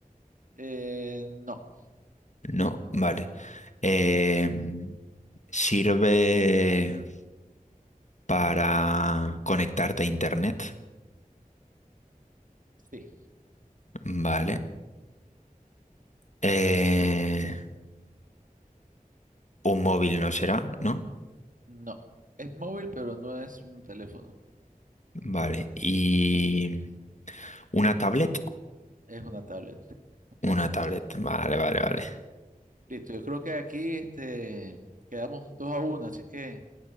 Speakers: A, on the right (about 65°); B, on the left (about 55°).
A: Eh, no,
B: No, vale. Eh, sirve para conectarte a internet,
A: sí,
B: ¿vale? Eh, un móvil no será, ¿no?
A: no. Es móvil, pero no es un teléfono.
B: Vale. Y una tablet,
A: Es una tablet. <laughs>
B: una tablet, vale, vale, vale.
A: Listo, yo creo que aquí este, quedamos dos a uno, así que